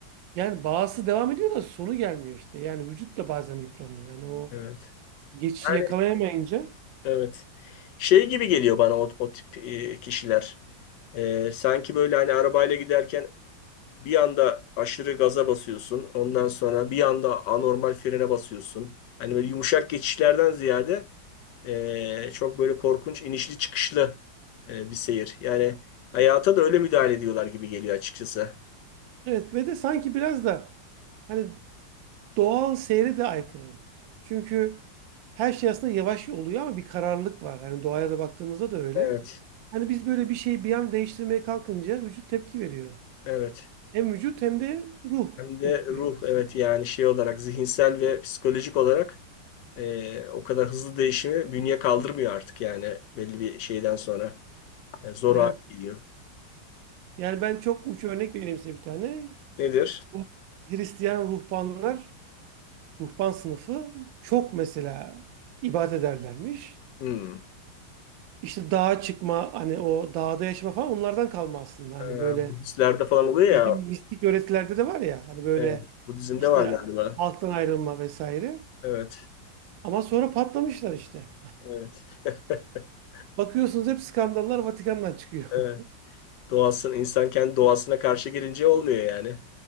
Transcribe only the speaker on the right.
Yani bağısı devam ediyor da sonu gelmiyor işte. Yani vücut da bazen yıpranıyor. Yani o
geçişi
yakalayamayınca
Evet ve de sanki biraz da hani doğal seyre de aykırı. Çünkü her şey aslında yavaş oluyor ama bir kararlılık var. Hani doğaya da baktığımızda da öyle.
Hani biz böyle bir şeyi bir an değiştirmeye kalkınca vücut tepki veriyor.
Hem vücut hem de ruh
tepki
veriyor aslında.
Evet.
Yani ben çok uç örnek vereyim size bir tane.
Bu Hristiyan ruhbanlar, ruhban sınıfı çok mesela ibadet ederlermiş.
İşte dağa çıkma hani o dağda yaşama falan onlardan kalma aslında. Hani
böyle
bizim
mistik öğretilerde de var ya hani böyle
işte
halktan ayrılma vesaire.
Ama sonra patlamışlar işte.
Bakıyorsunuz hep skandallar Vatikan'dan çıkıyor.
<laughs>